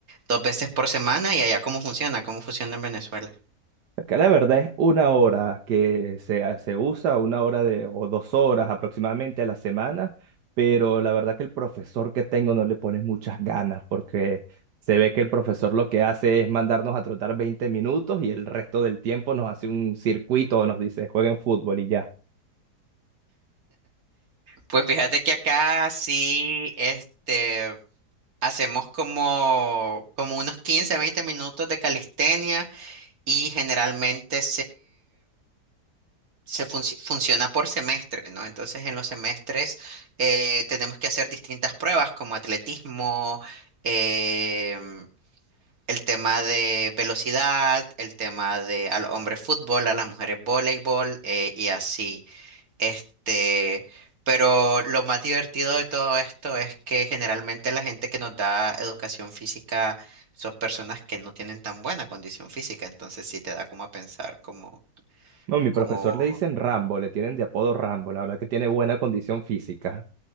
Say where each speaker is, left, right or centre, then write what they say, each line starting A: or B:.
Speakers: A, on the right; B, on the right.
A: dos veces por semana y allá cómo funciona, cómo funciona en Venezuela.
B: Acá la verdad es una hora que se, ha- se usa, una hora de, o dos horas aproximadamente a la semana, pero la verdad que el profesor que tengo no le pone muchas ganas porque se ve que el profesor lo que hace es mandarnos a trotar 20 minutos y el resto del tiempo nos hace un circuito o nos dice jueguen fútbol y ya.
A: Pues fíjate que acá sí, este, hacemos como, como unos 15 20 minutos de calistenia y generalmente se funci- funciona por semestre, ¿no? Entonces, en los semestres eh, tenemos que hacer distintas pruebas como atletismo, em, el tema de velocidad, el tema de al hombre fútbol, a las mujeres voleibol eh, y así. Este, pero lo más divertido de todo esto es que generalmente la gente que nos da educación física son personas que no tienen tan buena condición física, entonces sí te da como a pensar como
B: No, mi
A: como
B: profesor le dicen Rambo, le tienen de apodo Rambo, la verdad que tiene buena condición física.